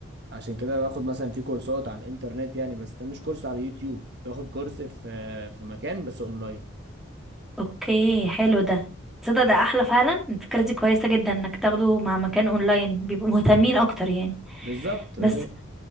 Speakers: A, on the right; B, in the centre.
A: عشان كده باخد مثلا في كورسات على الانترنت يعني بس ده مش كورس على اليوتيوب باخد كورس في في مكان بس اونلاين
B: اوكي حلو ده تصدق ده احلى فعلا الفكرة دي كويسة جدا انك تاخده مع مكان اونلاين بيبقوا مهتمين اكتر يعني
A: بالظبط
B: بس
A: كده